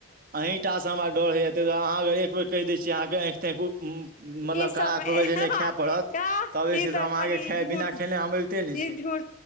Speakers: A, on the right; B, on the left.
A: अहीँटाासँ हमरा डर होइए ता दुआर अहाँ अगर एक बेर कहि दै छीयै अहाँँ आँखि ताँँखि मतलब
B: ई सबमे
A: कड़ा क जे
B: हँ
A: नहि खायए पड़त तब जे
B: ई
A: छै से
B: तऽ
A: हम
B: खाली
A: अहाँके खा
B: ई झूठ
A: बिना खेनाइ हम अबिते नहि
B: ई
A: छी
B: झूठ